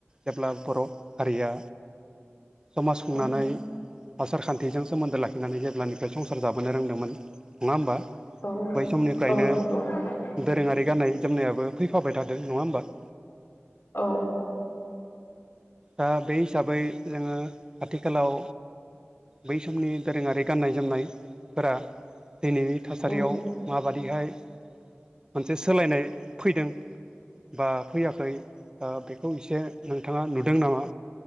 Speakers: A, on the right; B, on the left.
A: जेब्ला बर' हारिया समाज खुंनानै
B: औ
A: आसार खान्थिजों सोमोन्दो लाखिनानै जेब्लानिफ्राय संसार जाबोनो रोंदोंमोन नङा होमबा?
B: औ
A: बै समनिफ्रायनो
B: औ नंगौ नोंथां
A: दोरोङारि गाननाय जोमनायाबो फैफाबाय थादों नङा होमबा?
B: औ।
A: दा बे हिसाबै जोङो आथिखालाव बै समनि दोरोङारि गाननाय जोमनायफोरा दिनैनि थासारियाव
B: उम
A: माबादिहाय मोनसे सोलायनाय फैदों बा फैयाखै ओ बेखौ एसे नोंथाङा नु दों नामा